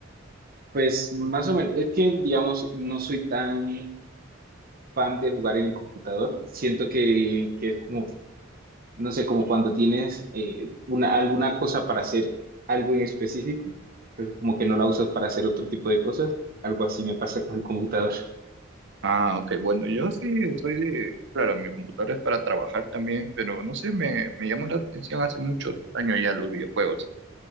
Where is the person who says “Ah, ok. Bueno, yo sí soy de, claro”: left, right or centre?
Right